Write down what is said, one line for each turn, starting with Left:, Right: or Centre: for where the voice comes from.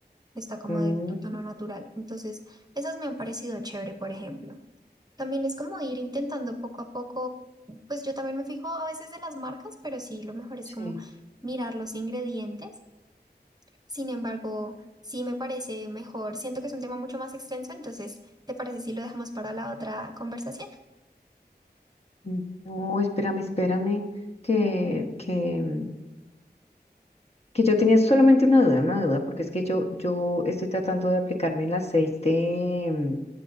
Right: está como
Left: mm,
Right: de tu tono natural. Entonces, esas me han parecido chévere, por ejemplo. También es como ir intentando poco a poco, pues yo también me fijo a veces de las marcas, pero sí, lo mejor es
Left: sí.
Right: como mirar los ingredientes. Sin embargo, sí me parece mejor, siento que es un tema mucho más extenso, entonces, ¿te parece si lo dejamos para la otra conversación?
Left: Mm, No, espérame, espérame, que, que, mm, que yo tenía solamente una duda, una duda, porque es que yo, yo estoy tratando de aplicarme el aceite, mm,